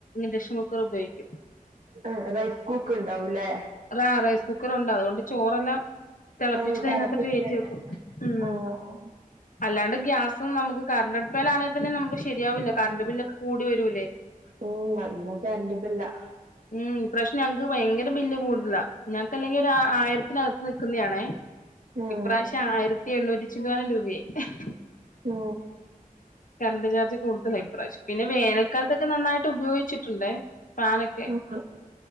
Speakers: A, on the left; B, on the right.
A: ഇൻഡക്ഷൻ കുക്കർ ഉപയോഗിക്കും
B: ആ റൈസ് കുക്ക് ഉണ്ടാവുംല്ലേ
A: റാ റൈസ് കുക്കർ ഉണ്ട് അതുകൊണ്ട് ചോറെല്ലാം- തിളപ്പിച്ചിട്ട്
B: ആഹ് തിളപ്പിച്ച്
A: അതിനകത്തോട്ട് കേറ്റി വെക്കും ഉം
B: ആഹ്
A: അല്ലാണ്ട് ഗ്യാസും നമുക്ക് കറണ്ട് അടുപ്പാലാണെൽ പിന്നേം നമുക്ക് ശരിയാവില്ല കറണ്ട് ബില്ലൊക്കെ കൂടി വരൂലേ
B: ഉം നല്ല കരണ്ടും ബില്ലാ
A: ഉം ഇപ്രാവശ്യം ഞങ്ങക്ക് ഭയങ്കര ബില്ല് കൂടു - ഇല്ല ഞങ്ങക്കല്ലെങ്കിൽ ആ ആയിരത്തിനകത്ത് നിൽക്കുന്നതണേ
B: ആഹ്
A: ഇപ്രാവശ്യം ആയിരത്തി എണ്ണൂറ്റി ചില്ലാനം രൂപയായി അഹ്
B: ഓ
A: കർണ്ട് ചാർജ് കൂടുതലെ പ്രാവശ്യം പിന്നെ വേനൽക്കാലത്തൊക്കെ നന്നായിട്ട് ഉപയോഗിച്ചിട്ടുണ്ടേ ഫാനൊക്കെ
B: വീ